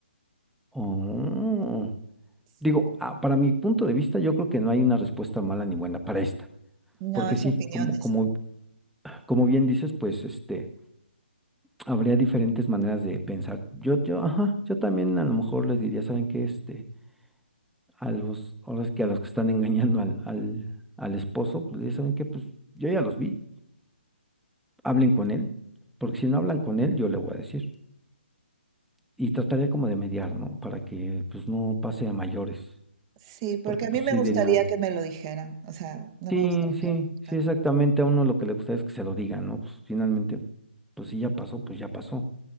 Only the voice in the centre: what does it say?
Oh. Digo,
ah, para mi punto de vista, yo creo que no hay una respuesta mala ni buena para esta. Porque
sí,
como, como, como bien dices, pues este, habría diferentes maneras de pensar. Yo, yo, ajá, yo también a lo mejor les diría, ¿saben qué? Este, a los, ahora es que a los que están <laughs> engañando al, al, al esposo, pues ya saben que pues yo ya los vi hablen con él, porque si no hablan con él, yo le voy a decir. Y trataría como de mediar, ¿no? Para que pues no pase a mayores,
porque
pues
sí
diría,
sí,
sí,
sí, exactamente, a uno lo que le gusta es que se lo digan, ¿no? Pues finalmente, pues si ya pasó, pues ya pasó.